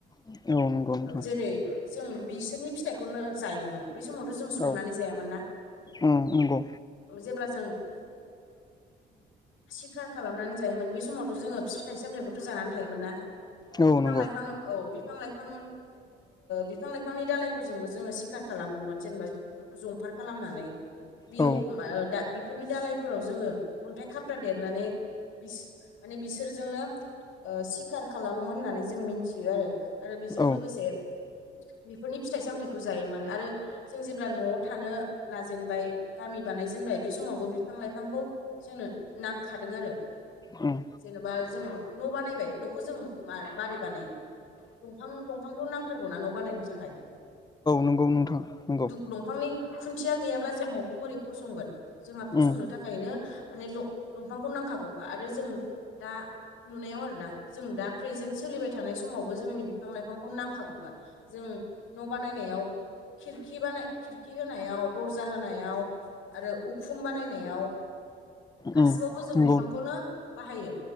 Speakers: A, on the left; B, on the left.
A: औ नंगौ नोंथां
B: जेरै जों बिसोरनि फिथाइखौनो जायोमोन बै समावथ' जों संनानै
A: औ
B: जायामोन ना
A: उम नंगौ
B: जेब्ला जों सिखार खालामनानै जायोमोन बे समावथ' जोंङो फिथाइ सामथायाइबोथ' जानानै थायोमोन ना
A: औ
B: बिफां
A: नंगौ
B: लाइफां औ बिफां लाइफां बिफां लाइफांनि दालायफोरजोंबो जोंङो सिखार खालामोमोन जेनेबा बेफोरखौ जंफार खालामनानै बेयाव
A: औ
B: बेफोरनि दालायफोराव जोंङो अन्थाइ खाबथ्रा देरनानै बिस माने बिसोरजोंनो सिखार खालामोमोन होननानै जों मिथियो आरो आरो बेजों
A: औ
B: लोगोसे बेफोरनि फिथाइ सामथायाइखौ जायोमोन आरो जों जेब्ला न'आव थानो लाजेनबाय गामि बानायजेनबाय बे समावबो बिफां लाइफांखौ जोंनो नांखादों आरो
A: उम
B: जेनेबा जों न' बानायबाय न'खौ जों मारै बानायो दंफां दंफांथ' नांथारगौनाा न' बानायनो थाखाय
A: नंगौ औ नोंथां नंगौ
B: दंफांनि खुन्थिया गैयाब्ला जों न'खौ बोरै फसंगोन जोंहा फसंनो
A: उम
B: थाखायनो माने दंफांखौ नांखागौ आरो जों दा नुनायाव आरोना जों दा फ्रेजेन सोलिबाय बाय थानाय समावबो जोंनो बिफां लाइफांखौ नांखागौखा जों न' बानायनायाव खिरखि बानाय खिरखि होनायाव दर्जा होनायाव आरो उखुम बानायनायाव गासिबावबो
A: उम
B: जों
A: नंगौ
B: बिफांखौनो बाहायो